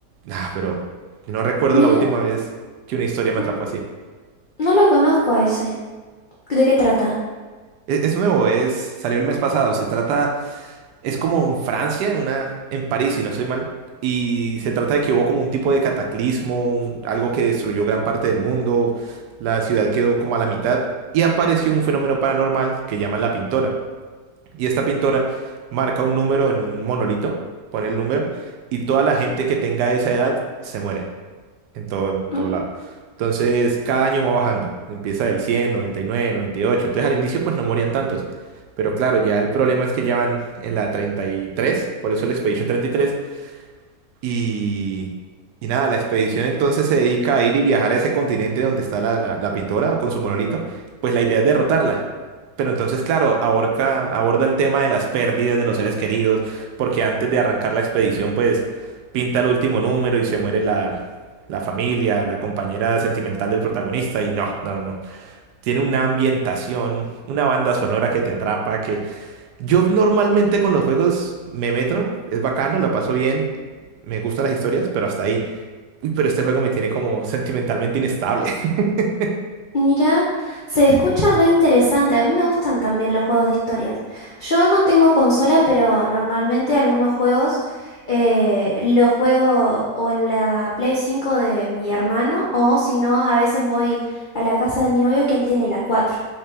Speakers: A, on the right; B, on the left.
A: Ah, pero no recuerdo
B: Mira,
A: la última vez que una historia me
B: n-
A: atrapó así.
B: no lo conozco a ese. ¿De qué trata?
A: Es, es nuevo, es, salió el mes pasado, se trata... es como en Francia, una, en París, si no estoy mal. Y se trata de que hubo como un tipo de cataclismo, un- algo que destruyó gran parte del mundo. La ciudad quedó como a la mitad y apareció un fenómeno paranormal que llaman la pintora. Y esta pintora marca un número en un monolito, pone el número, y toda la gente que tenga esa edad se muere en todo, en todo
B: Mm.
A: lado. Entonces, cada año va bajando. Empieza del 100, 99, 98. Entonces, al inicio, pues no morían tantos. Pero claro, ya el problema es que ya van en la 33, por eso el Expedition 33, y, y nada, la expedición entonces se dedica a ir y viajar a ese continente donde está la, la- la pintora con su monolito. Pues la idea es derrotarla. Pero entonces, claro, aborca, aborda el tema de las pérdidas de los seres queridos, porque antes de arrancar la expedición, pues pinta el último número y se muere la, la familia, la compañera sentimental del protagonista. Y no, no, no, no. Tiene una ambientación, una banda sonora que te atrapa, que yo normalmente con los juegos me meto, es bacano, la paso bien, me gustan las historias, pero hasta ahí. Uy, pero este juego me tiene como sentimentalmente inestable. <laughs>
B: Mira, se escucha re interesante. A mí me gustan también los juegos de historias. Yo no tengo consola, pero normalmente algunos juegos eh, los juego o en la Play 5 de mi hermano, o si no, a veces voy a la casa de mi novio que él tiene la cuatro